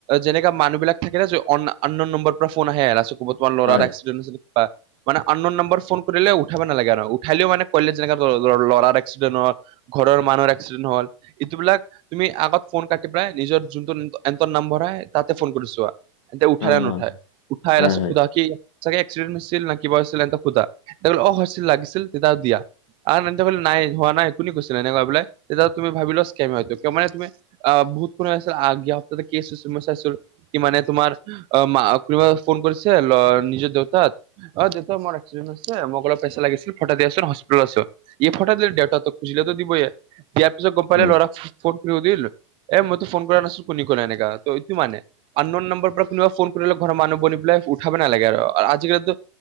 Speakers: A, on the right (about 35°); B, on the left (about 70°).
A: যেনেকা মানুহ বিলাক থাকে না, যে অন আননোন নম্বৰ পৰা ফোন আহে তোমাৰ ল'ৰাৰ
B: হয় হয়
A: একচিডেন্ট। মানে আননোন নম্বৰ ফোন কৰিলে উঠাব নালাগে আৰু উঠালেও মানে কলে যেনেকে ল'ৰাৰ এক্সিডেণ্ট হয়। ঘৰৰ মানুহৰ এক্সিডেণ্ট হ'ল ইটো বিলাক তুমি আগত ফোন কাটি পেলাই নিজৰ যোনটো এহতৰ নম্বৰ হয় তাতে ফোন কৰি ছোৱা। তেতিয়া উঠাই
B: হয়
A: না নুঠায়, উঠায়
B: হয়
A: তাৰপিছত
B: হয়
A: সুধা কি চাগে এক্সিডেণ্ট হৈছিল না কিবা হৈছিল, ইহতক সোধা। অ হৈছিল লাগিছিল, তেতিয়া দিয়া। আৰু ইহঁতে বোলে নাই হোৱা নাই, কোনে কৈছিল? এনেকুৱা বোলে তেতিয়া তুমি ভাবি লোৱা স্কেম হয় এইটো। কিয় মানে তুমি অ' বহুত <unintelligible> সপ্তাহতে কি <unintelligible> চাইছো। কি মানে তোমাৰ অ' কোনোবা ফোন কৰিছে ল নিজৰ দেউতাক। অ দেউতা মোৰ একচিডেন্ট হৈছে, মোক অলপ পইচা লাগিছিল, পঠাই দিয়াছোন হস্পিতেলত আছো। ই ফঠাই দিলে। দেউতাতো খুজিলেতো দিবইয়ে। দিয়া পিছত গম পালে
B: হয়
A: ল'ৰাক ফোন <unintelligible> এ মইতো ফোন কৰা নাছিলো। কোনে কলে এনেকা। টো এইটো মানে। আন নোন নম্বৰ পৰা কোনোবা ফোন কৰিলে ঘৰ মানুহ বনি পেলাই উঠাব নালাগে আৰু। আজিকালিতো